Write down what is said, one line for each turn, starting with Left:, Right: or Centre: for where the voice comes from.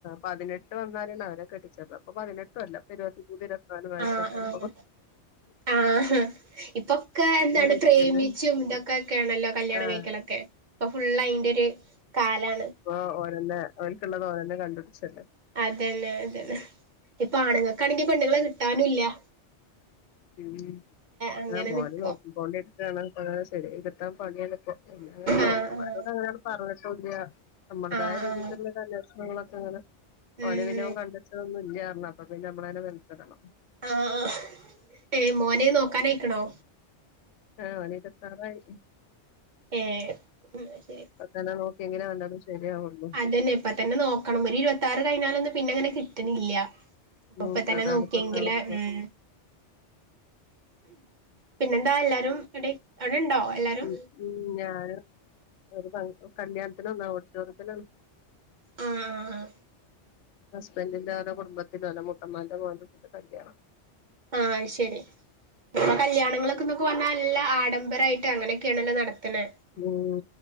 Left: പതിനെട്ട് വന്ന <unintelligible> അവരെ കെട്ടിച്ചെക്കാ ഇപ്പ പതിനെട്ടും അല്ല ഇരുപത്തിമൂന്ന് ഇരു വയസൊക്കെയാണ്
Right: ആഹ് ആഹ് ആഹ് ഇപ്പൊക്കെ എന്താണ്
Left: ഇരിക്കല്ലേ
Right: പ്രേമിച്ചും ഇതൊക്കെക്ക ആണല്ലോ കല്യാണം
Left: ആഹ്
Right: കഴിക്കല് ഒക്കെ ഇപ്പൊ ഫുൾ അയിന്റെ ഒരു കാലാണ്
Left: ഓഹ് ഓരോന്നെ ഓല്ക്കുള്ളത് ഓരന്നെ കണ്ടുപിടിച്ചല്ല
Right: അതന്നെ അതന്നെ ഇപ്പ ആണുങ്ങക്കാണെങ്കി പെണ്ണുങ്ങളെ കിട്ടാനും ഇല്ലാ
Left: <unintelligible>
Right: അങ്ങനെ നിക്ക
Left: നോക്കി പൊക്കൊണ്ടിരിക്കാണ് ശെരിയായി കിട്ടാൻ പണിയാണ് ഇപ്പോ പിന്നെ അങ്ങനെ ബ്രോക്കർ
Right: ആഹ്
Left: മ്മാരോട് അങ്ങനെ പറഞ്ഞിട്ട് വല്യ നമ്മളതായ
Right: ആഹ് ആഹ്
Left: രീതിക്ക്
Right: ആഹ്
Left: അന്വേഷണങ്ങളൊക്കെ അങ്ങനെ
Right: ഉം
Left: ഓന് പിന്നെ
Right: ഉം
Left: ഓന് കണ്ടിച്ചതൊന്നും ഇല്ലാ പറഞ്ഞ് അപ്പ പിന്ന നമ്മളനെ <unintelligible>
Right: ആഹ് ആഹ് ഏയ് മോനെ നോക്കാനയിക്കണോ
Left: ആഹ് ഓന് ഇരുവത്താറായി
Right: ഏഹ് എന്നാ ശെരി
Left: അ ഒക്കെന്നെ നോക്കി എങ്ങനാണ്ടത് ശരിയാവൊള്ളൂ
Right: അതന്നെ ഇപ്പൊ തന്നെ നോക്കണം. ഒരു ഇരുവത്താറ് കഴിഞ്ഞാലൊന്നും പിന്നെ അങ്ങനെ കിട്ട്ണില്ല്യ. അപ്പൊ
Left: ഉം
Right: പ്പതന്നെ
Left: അതാണ്
Right: നോക്കിയെങ്കിലെ
Left: ഇപ്പത്തെ അവസ്ഥ
Right: ഉം പിന്നെന്താ എല്ലാരും എവിടെ അവിടെണ്ടോ എല്ലാരും?
Left: ഉം ഉം, ഞാന് ഒരു ഫങ്ങ് ഒരു കല്ല്യാണത്തിന് വന്നാ ഓഡിറ്റോറിയത്തിലാണ്.
Right: ആഹ്, ആഹ്, ആഹ്
Left: ഹസ്ബൻഡറിന്റെ ആരോ കുടുംബത്തിന്റെ ഓലെ മുത്തമ്മാന്റെ മോൻ്റെ കുട്ടിൻ്റെ കല്ല്യാണാ.
Right: ആഹ് ശരി ഇപ്പൊ കല്ല്യാണങ്ങളൊക്കെന്നൊക്കെ വന്നാൽ നല്ല ആഡംബരായിട്ട് അങ്ങനെയൊക്കെയാണല്ലോ നടത്ത്ണെ
Left: ഉം,